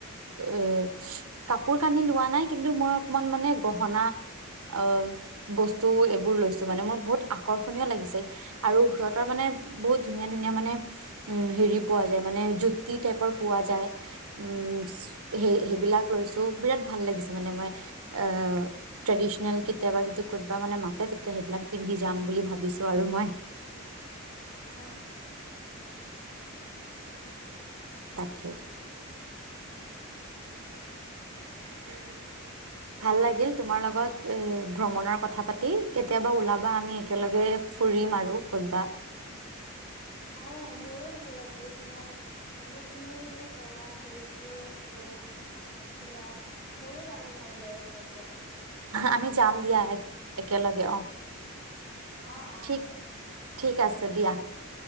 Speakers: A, on the right; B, on the left.
A: এ কাপোৰ কানি লোৱা নাই কিন্তু মই অকমান মানে গহনা। অ বস্তু এইবোৰ লৈছোঁ মানে মোৰ বহুত আকৰ্ষণীয় লাগিছে। আৰু সিহঁতৰ মানে বহুত ধুনীয়া ধুনীয়া মানে উম হেৰি। পোৱা যায় মানে জুতি টাইপৰ পোৱা যায় উম স সেইবিলাক লৈছোঁ বিৰাট। ভাল লাগিছে মানে মই অ ট্ৰেডিচনেল কেতিয়াবা যদি ক'বা মানে মাতে। এতিয়া সেইবিলাক পিন্ধি যাম বুলি ভাবিছোঁ আৰু মই।
B: অ।
A: তাকে। অ। ভাল লাগিল তোমাৰ লগত এ ভ্ৰমণৰ কথা পাতি কেতিয়াবা ওলাবা আমি একেলগে। ফুৰিম আৰু কৰ'বা।
B: অ মোৰো ভাল লাগিল মইয়ে। মানে তুমি যে কলা জয়পুৰ আৰু। আহ শ্বিলং মোৰো যাব মন গৈ আছে এতিয়া।
A: আমি যাম দিয়া এক একেলগে অ।
B: অ', অ',
A: ঠিক ঠিক আছে দিয়া।